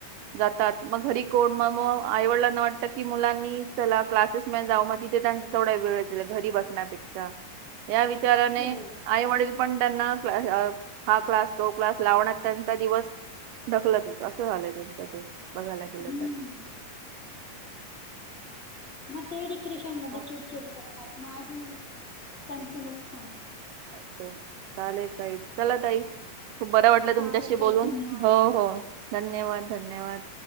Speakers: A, on the right (about 80°); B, on the left (about 20°).
A: जातात. मग घरी कोण मग मग आईवडीलांना वाटतं की मुलांनी चला क्लासेस मध्ये जाऊ मग तिथे त्यांचा तेवढा वेळ घरी बसण्यापेक्षा. या विचाराने
B: हो
A: आई-वडील पण त्यांना <unintelligible> हा क्लास तो क्लास लावण्यात त्यांचा दिवस ढकलत असं झालंय त्यांच ते बघायला गेलं
B: हम्म
A: तर.
B: मग ते डिप्रेशन मध्ये
A: हम्म.
B: चिडचिड करतात, मग अजून त्यांचं नुकसान.
A: <unintelligible> चालले काय? चला ताई. खूप बरं वाटलं तुमच्याशी
B: चालेल ताई
A: बोलून
B: धन्यवाद
A: हो हो धन्यवाद धन्यवाद.